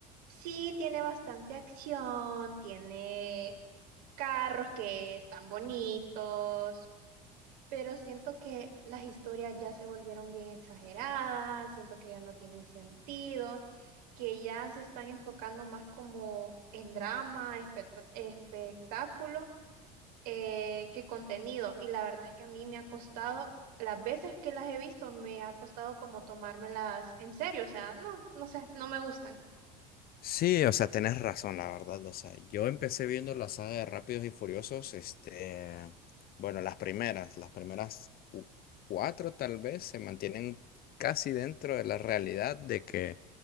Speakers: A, on the right; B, on the left.
A: sí tiene bastante acción, tiene carros que están bonitos Pero siento que las historias ya se volvieron bien exageradas, siento que ya no tienen sentido, que ya se están enfocando más como en drama, espect- espectáculo, eh, que contenido. Y la verdad es que a mí me ha costado, las veces que las he visto, me ha costado como tomármelas en serio, o sea, no, no sé, no me gustan.
B: Sí, o sea, tenés razón, la verdad. O sea, yo empecé viendo la saga de Rápidos y Furiosos, este, bueno, las primeras, las primeras cu- cuatro tal vez se mantienen casi dentro de la realidad de que,